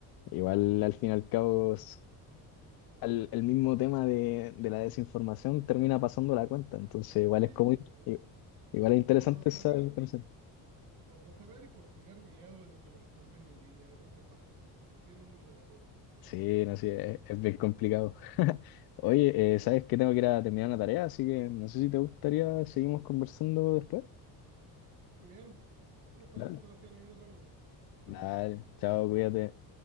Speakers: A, on the left (about 65°); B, on the right (about 65°).
A: igual al fin y al cabo, es- al- el mismo tema de, de la desinformación termina pasando la cuenta, entonces igual
B: Sí,
A: es como, i-
B: o sea,
A: igual es interesante
B: por no saber,
A: esa diferencia.
B: por no saber y por tener miedo de que lo estafen en línea, es lo que pasa también. Se entiende mucho, la verdad.
A: Sí, no sé, es, es bien complicado. <laughs> Oye, eh, ¿sabes que tengo que ir a terminar una tarea? Así que no sé si te gustaría, seguimos conversando después.
B: Muy bien. Bueno, pues,
A: Dale.
B: Sebastián, ahí nos vemos. Hasta luego.
A: Dale, chao, cuídate.